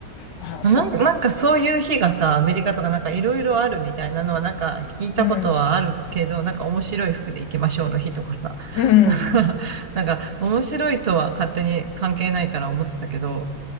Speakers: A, on the left; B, on the right.
A: まあそうか。
B: なんか、なんかそういう日がさ、アメリカとかなんかいろいろあるみたいなのはなんか聞いたことはあるけど、
A: うん。
B: なんか面白い服で行きましょうの日とかさ、
A: うん。
B: <laughs> なんか、なんか面白いとは勝手に関係ないから思ってたけど、